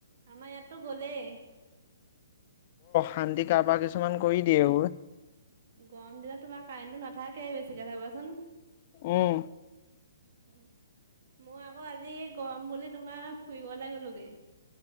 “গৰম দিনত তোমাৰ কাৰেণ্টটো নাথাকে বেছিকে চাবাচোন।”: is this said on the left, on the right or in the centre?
Right